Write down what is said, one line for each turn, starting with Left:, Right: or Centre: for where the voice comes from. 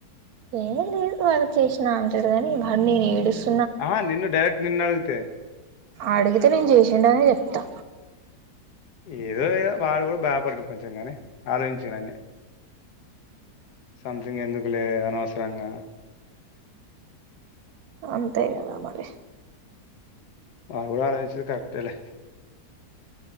Right: ఏ లేదు వాడు చేసినా అంటాడు కాని వాడు నేను ఏడుస్త
Left: ఆ నిన్ను డైరెక్ట్ నిన్ను అడిగితే
Right: అడిగితే నేను చేసిండు అనే చెప్తా
Left: ఏదో ఏదో వాడు కూడా బాయపడారు కొంచెం కాని ఆలోచించు కొని అన్ని సంథింగ్ ఎందుకులే అనవసరంగా
Right: అంతే గద మరి
Left: వాడు ఆలోచించేది కూడా కరెక్ట్ యే లే